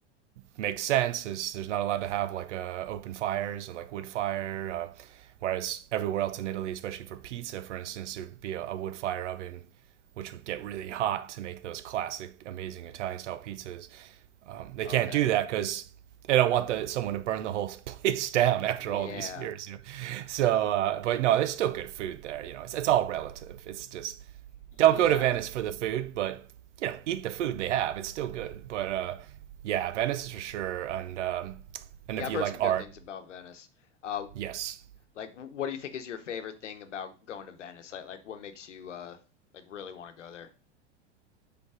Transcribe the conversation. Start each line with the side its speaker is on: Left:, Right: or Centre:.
Right: makes sense is there's not allowed to have like uh, open fires or like wood fire uh, whereas everywhere else in italy especially for pizza for instance there would be a, a wood fire oven which would get really hot to make those classic amazing italian style pizzas um, they can't
Left: Okay.
Right: do that because they don't want the someone to burn the whole <laughs> place down after
Left: Yeah.
Right: all these years, you know. So, uh, but no, there's still good food there. You know, it's, it's all relative. It's just
Left: Yeah.
Right: don't go to Venice for the food, but you know, eat the food they have. It's still good. But uh, yeah, Venice is for sure. And um, and
Left: Yeah,
Right: if
Left: I've
Right: you
Left: heard
Right: like
Left: some good
Right: art,
Left: things about Venice. Uh,
Right: yes,
Left: like, wh- what do you think is your favorite thing about going to Venice? Like, like what makes you uh like really want to go there?